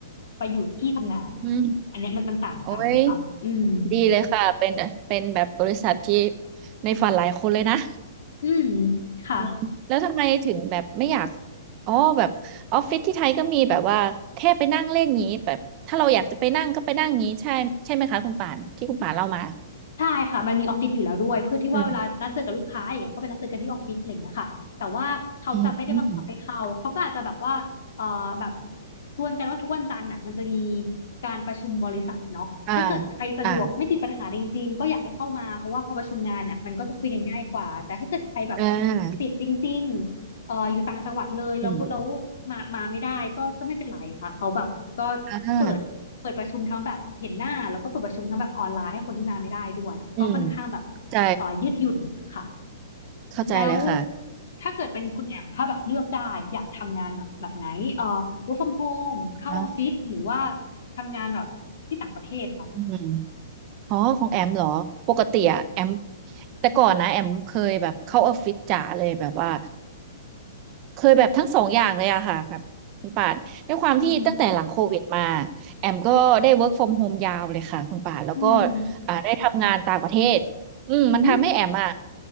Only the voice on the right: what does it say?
อืมโอ้ยดีเลยค่ะเป็นเป็นแบบบริษัทที่ในฝันหลายคนเลยนะ
<laughs> แล้วทำไมถึงแบบไม่อยากอ๋อแบบออฟฟิศที่ไทยก็มีแบบว่าแค่ไปนั่งเล่นงี้แบบถ้าเราอยากจะไปนั่งก็ไปนั่งงี้ใช่ใช่ไหมคะคุณป่านที่คุณป่านเล่ามา
อืมอืมอืม
อ่าอ่าอ่า
อืมอ่า
อืมใจ
เข้าใจเลยค่ะ
นะ
อืม อ๋อของแอมเหรอปกติอะแอมแต่ก่อนนะแอมเคยแบบเข้าออฟฟิศจ๋าเลยแบบว่า เคยแบบทั้งสองอย่างเลยอะค่ะแบบคุณป่านด้วยความที่ตั้งแต่หลังโควิดมา
แอมก็ได้ work from home ยาวเลยค่ะคุณป่านแล้วก็
อ่าได้ทำงานต่างประเทศอืมมันทำให้แอมอะ